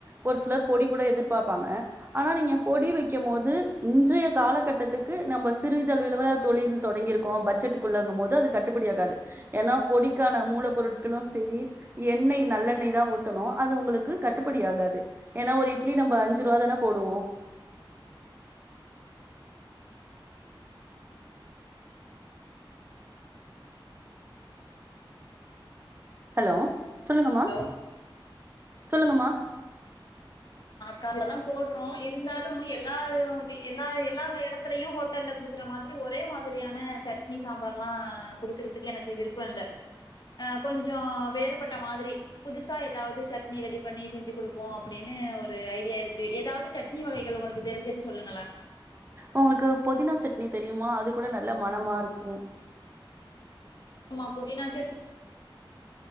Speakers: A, on the right; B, on the left.
A: ஒரு சிலர் பொடி கூட எதிர்பாப்பாங்க ஆனா நீங்க பொடி வைக்கும் போது இன்றைய காலகட்டத்துக்கு நம்ம சிறுதளவிலவல தொழில் தொடங்கிருக்கோ பட்ஜெட்க்குள்ளங்கும் போது அது கட்டுப்புடியாகாது ஏன்னா பொடிக்கான மூல பொருட்களு சேரி எண்ணெய் நல்லெண்ணெய்தா ஊத் னு அது உங்குளுக்கு கட்டுப்படி ஆகாது ஏன்னா ஒரு இட்லி நம்ம அஞ்சு ருவாதான போடுவோ ஹலோ சொல்லுங்கமா
B: ஹலோ
A: சொல்லுங்கமா
B: அக்கால்லதா போட்ரோ இருந்தாலு எல்லா எல்லா எல்லா எடத்துலயு ஹோட்டல்ல குடுக் குற மாதிரி ஒரே மாதிரியான சட்னி சாம்பார்லா குடுக்கறதுக்கு எனக்கு விருப்ப இல்ல அ கொஞ்சோ வேறுபட்ட மாதிரி புதுசா ஏதாவது சட்னி ரெடி பண்ணி செஞ்சு குடுப்போ அப்டின்னு ஒரு ஐடியா இருக்கு ஏதாவது சட்னி வகைகள் உங்குளுக்கு தெரிஞ்சது சொல்லுங்களே
A: உங்களுக்கு பொதினா சட்னி தெரியுமா அது கூட நல்ல மனமா இருக்கு
B: மா புதினாச்சட்